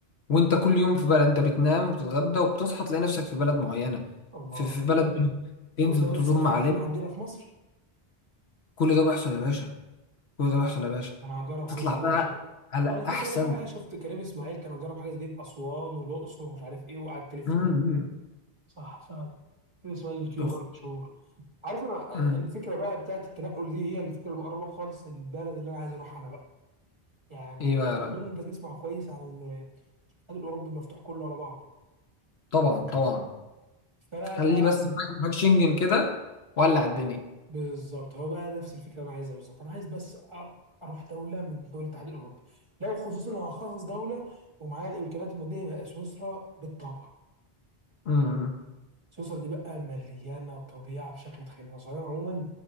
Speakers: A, on the left; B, on the right.
A: وأنت كل يوم في بلد أنت بتنام وبتتغدى وبتصحى تلاقي نفسك في بلد معينة
B: الله
A: في, في بلد منهم. تنزل
B: كل ده بيحصل
A: تزور
B: في
A: معالم
B: النيل عندنا في مصر
A: كل ده بيحصل يا باشا كل ده
B: الله
A: بيحصل يا باشا
B: انا هجرب حاجه
A: تطلع
B: زي دي
A: بقى
B: وش
A: على
B: أه، انا فاكر
A: أحسن
B: انا شفت حاجه شفت كريم اسماعيل كان جرب حاجه زي دي في اسوان والاقصر ومش عارف ايه وقعد تلف
A: مم. مم.
B: صح فعلا كده اسمها يوتيوبر
A: تخ-
B: مشهور عارف انا
A: مم.
B: الفكره بقى بتاعت التنقل دي هي الفكره المقربه خالص للبلد اللي انا عايز اروحها انا بقى يعني
A: ايه بقى يا راجل
B: اظن انت تسمع كويس عن الاتحاد الاوروبي مفتوح كله على بعضه
A: طبعا طبعا
B: فانا
A: خلي
B: بقى
A: بس معاك معاك شنجن كده ولع الدنيا
B: بالظبط هو بقى نفس الفكره اللي انا عايزها بالظبط انا عايز بس أ- اروح دوله من دول الاتحاد الاوروبي لو خصوصا لو هخصص دوله ومعايا الامكانيات الماديه يبقى سويسرا بالطبع
A: امم
B: سويسرا دي بقى مليانة طبيعة بشكل متخيل صراحة عموما